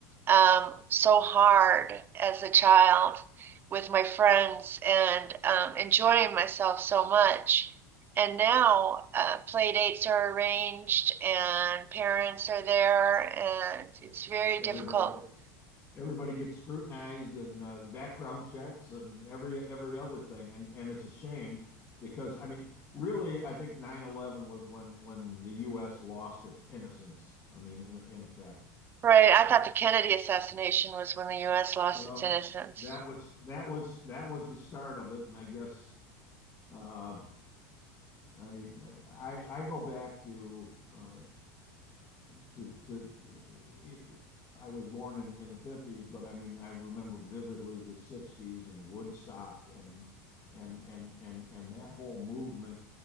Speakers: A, on the right; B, on the left.
A: um, so hard as a child with my friends and um, enjoying myself so much. And now uh, play dates are arranged and parents are there, and it's very difficult.
B: Everybody gets, everybody gets scrutinized and uh, background checks and every, every other thing. And, and it's a shame because, I mean, really, I think nine eleven was when, when the US lost its innocence. I mean, in, in effect.
A: Right. I
B: Uh,
A: thought the Kennedy assassination was when the U.S. lost
B: well,
A: its innocence.
B: that was, that was, that was the start of it. And I guess, uh, I mean, I, I go back to uh, to to it, I was born in in the 50s, but I mean I remember vividly the 60s and Woodstock and and and and and that whole movement